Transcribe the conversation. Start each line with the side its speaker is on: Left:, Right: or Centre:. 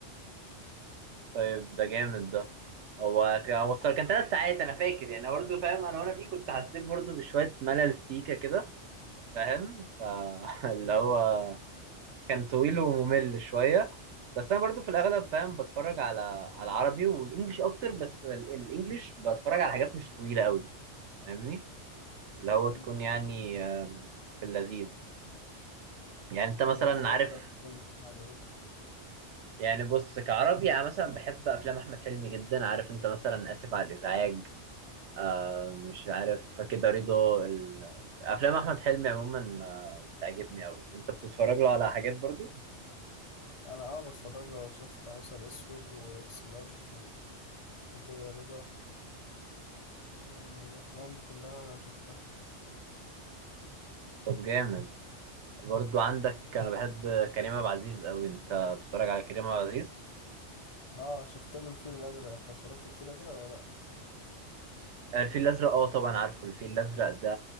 Right: طيب ده جامد ده هو هو
Left: من
Right: الصراحة
Left: كتر
Right: كان ثلاث ساعات انا فاكر يعني برضه فاهم انا وانا فيه كنت حسيت برضه بشوية ملل سيكا كده فاهم فاللي
Left: مم.
Right: <laughs> هو كان طويل وممل شويه بس انا برضو في الاغلب فاهم بتفرج على على العربي والانجليش اكتر بس ال- الانجليش بتفرج على حاجات مش طويله قوي فاهمني اللي هو
Left: مم.
Right: تكون يعني آم، في اللذيذ يعني انت مثلا
Left: طب انت ايه
Right: عارف
Left: اكتر فيلم عجبك
Right: يعني بص كعربي انا مثلا بحب افلام احمد حلمي جدا عارف انت مثلا اسف على الازعاج آه مش عارف كده رضا ال- افلام احمد حلمي عموما آه بتعجبني قوي انت بتتفرج له على حاجات برضو
Left: انا اه بتفرج له شفت عسل اسود واكس لارج و... وكده رضا يعني الافلام دي كلها شفتها
Right: طب جامد برضو عندك انا بحب كريم عبد العزيز قوي انت بتتفرج على كريم عبد العزيز
Left: اه شفت له الفيل الازرق انت اتفرجت الفيل الازرق ولا لا
Right: الفيل الازرق اه طبعا عارفه الفيل الازرق ده